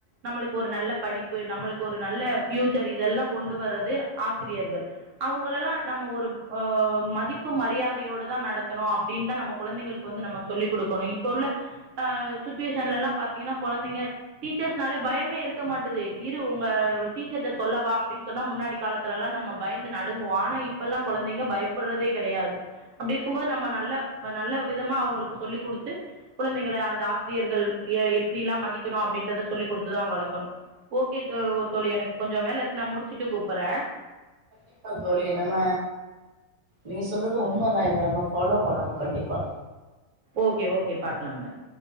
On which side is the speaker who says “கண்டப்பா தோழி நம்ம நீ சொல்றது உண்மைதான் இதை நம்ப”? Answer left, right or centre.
Right